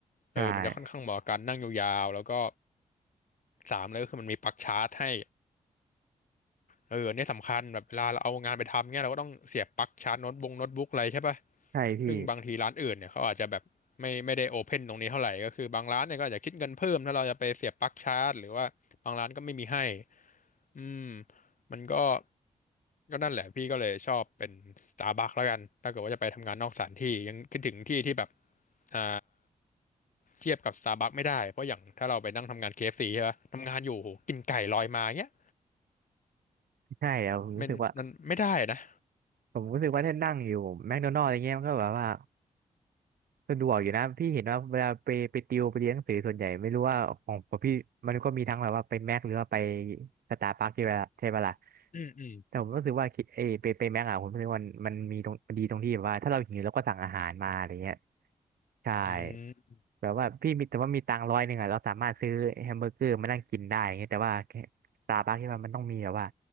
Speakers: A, on the left; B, on the right.
A: เออมันจะค่อนข้างเหมาะกับการนั่งยาวๆแล้วก็
B: ใช่
A: สามเลยก็คือมันมีปลั๊กชาร์จให้ เออเนี่ยสำคัญแบบเวลาเราเอางานไปทำเนี่ยเราก็ต้องเสียบปลั๊กชาร์จโน้ตบุ๊กโน้ตบุ๊กอะไรใช่ปะ
B: ใช่พี่
A: ซึ่งบางทีร้านอื่นเนี่ยเขาอาจจะแบบไม่ไม่ได้โอเพนตรงนี้เท่าไหร่ก็คือบางร้านเนี่ยก็อาจจะคิดเงินเพิ่มถ้าเราจะไปเสียบปลั๊กชาร์จหรือว่าบางร้านก็ไม่มีให้อืมมันก็ก็นั่นแหละพี่ก็เลยชอบเป็นสตาร์บัคแล้วกันถ้าเกิดว่าจะไปทำงานนอกสถานที่ยังคิดถึงที่ที่แบบอ่าเทียบกับสตาร์บัคไม่ได้เพราะอย่างถ้าเราไปนั่งทำงานเคเอฟซีใช่ปะทำงานอยู่โหกินไก่ลอยมาเงี้ย
B: ใช่อะผมรู้สึกว่า
A: มันมันไม่ได้นะ
B: ผมรู้สึกว่าถ้านั่งอยู่แม d โดนัล d อะไรเงี้ยมันก็แบบว่า สะดวกอยู่นะพี่เห็นว่าเวลาไปไปติวไปเรียนหนังสือส่วนใหญ่ไม่รู้ว่าของของพี่มันก็มีทั้งแบบว่าไปแม็กหรือว่าไปสตาร์บัคใช่ปะใช่ปะล่ะ
A: อืมอืม
B: แต่ผมรู้สึกว่าคิดเออไปไปแม็กอะผมรู้สึกว่ามันมันมีตรงมันดีตรงที่แบบว่าถ้าเราหิวเราก็สั่งอาหารมาอะไรเงี้ยใช่
A: อืม
B: แบบว่าพี่มีแต่ว่ามีตังค์ร้อยหนึ่งอะเราสามารถซื้อแฮมเบอร์เกอร์มานั่งกินได้อย่างเงี้ยแต่ว่าสตาร์บัคที่มันมันต้องมีแบบว่า